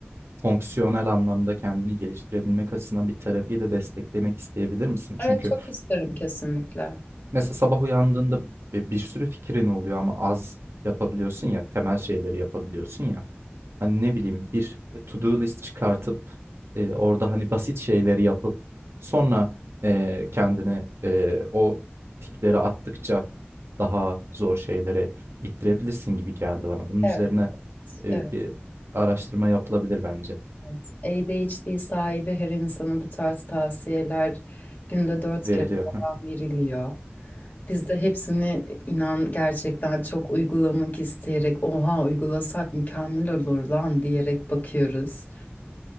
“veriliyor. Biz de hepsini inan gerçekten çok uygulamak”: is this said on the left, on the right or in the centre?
Left